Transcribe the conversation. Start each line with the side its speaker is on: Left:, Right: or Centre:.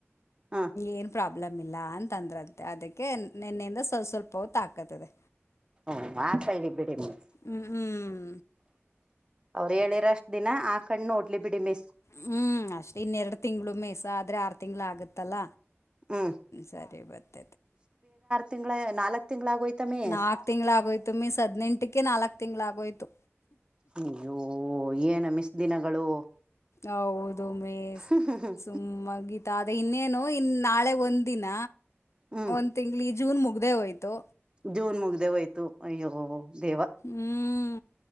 Right: ಹ್ಮ್
Left: ಏನ್ ಪ್ರಾಬ್ಲಮ್ ಇಲ್ಲ ಅಂತಂದ್ರಂತೆ ಅದಕ್ಕೆ ನಿೆನ್ನೆಯಿಂದ ಸ್ವಲ್ ಸ್ವಲ್ಪ ಹೊತ್ತು ಹಾಕತದೆ
Right: ಹ್ಮ್ ಹಾಕಳ್ಳಿ ಬಿಡಿ ಮಿಸ್
Left: ಹ್ಮ್ ಹ್ಮ್
Right: ಅವ್ರು ಹೇಳಿರಷ್ಟ ದಿನ ಆ ಕಣ್ಣು ಓಡ್ಲಿ ಬಿಡಿ ಮೇಸ
Left: ಹ್ಮ್ ಅಷ್ಟೇ ಇನ್ನೆರಡ್ ತಿಂಗ್ಳ ಮೇಯ್ಸ ಆದ್ರೆ ಆರ್ ತಿಂಗ್ಳ ಆಗತ್ತಲ್ಲ
Right: ಹಾಂ
Left: ಸರಿ ಬತ
Right: ತಿಂಗಳ ನಾಲ್ಕ್ ತಿಂಗ್ಳ ಆಗೋಯ್ತ ಮಿಸ್
Left: ನಾಕ್ ತಿಂಗಳ ಆಗೋಯ್ತು ಮೀ ಹದ್ಂ ಟ್ಟಟಿಕೆ ನಾಲ್ಕು ತಿಂಗಳ ಆಾಗೋಯ್ತು
Right: ನೀಯ್ಯೋ ಏನು ಮಿಸ್ ದಿನಗಳು
Left: ಹೌದು ಮೇ
Right: ಹ್ಮ್ ಹ್ಮ್
Left: ಸುಮ್ಮಾಗಿ ತ ಅದೇ ಇನ್ನೇನು ಇನ್ ನಾಳೆ ಒಂದ ದಿನ
Right: ಹ್ಮ್
Left: ಒಂದು ತಿಂಗ್ಳ ಈ ಜೂನ್ ಮುಗ್ದೇ ಹೋಯ್ತು
Right: ಜೂನ್ ಮುಗ್ದೇವೋಯ್ತು ಅಯ್ಯೋ ದೇವ
Left: ಹ್ಮ್